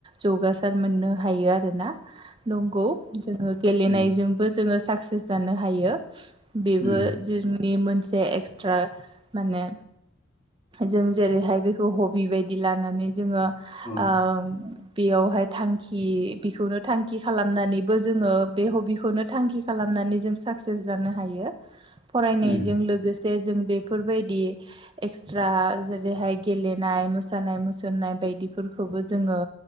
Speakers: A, on the right; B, on the left.
A: जौगा सार मोननो हायो आरोना नंगौ जोङो गेलेनायजोंबो
B: उम
A: जोङो साक्सेस जानो हायो बेबो
B: उम
A: जोंनि मोनसे एक्सट्रा माने जों जेरैहाय बेखौ हबि बायदि लानानै जोङो
B: औ
A: ओ बेयावहाय थांखि बिखौनो थांखि खि खालामनानैबो जोङो बे हबिखौनो थांखि खालामनानै जों साक्सेस जानो हायो फरायनायजों
B: उम
A: लोगोसे जे जों बेफोरबायदि एक्सट्रा जेरैहाय गेलेनाय मोसानाय- मुसुरनाय बायदिफोरखौबो जोङो